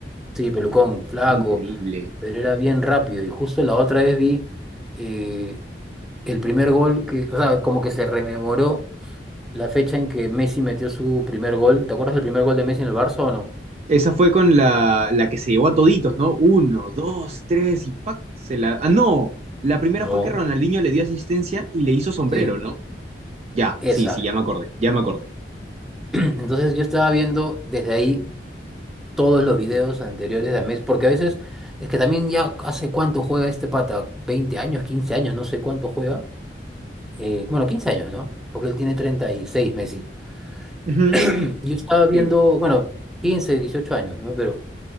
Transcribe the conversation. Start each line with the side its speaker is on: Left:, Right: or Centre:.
Centre: Sí, pelucón, flaco.
Right: Increíble.
Centre: pero era bien rápido. Y justo la otra vez vi eh, el primer gol que, o sea, como que se rememoró la fecha en que Messi metió su primer gol. ¿Te acuerdas del primer gol de Messi en el Barça o no?
Right: Esa fue con la, la que se llevó a toditos, ¿no? Uno, dos, tres y ¡pac! Se la... Ah, no, la primera
Centre: No.
Right: fue que Ronaldinho le dio asistencia y le hizo sombrero,
Centre: Sí,
Right: ¿no? Ya,
Centre: esa.
Right: sí, sí, ya me acordé, ya me acordé.
Centre: <clears throat> Entonces yo estaba viendo desde ahí todos los videos anteriores de Messi, porque a veces es que también ya hace cuánto juega este pata, 20 años, 15 años, no sé cuánto juega. Eh, bueno, 15 años, ¿no? Porque él tiene 36 Messi.
Right: Ujú,
Centre: <clears throat> Yo estaba viendo,
Right: claro.
Centre: bueno, 15 18 años, ¿no? Pero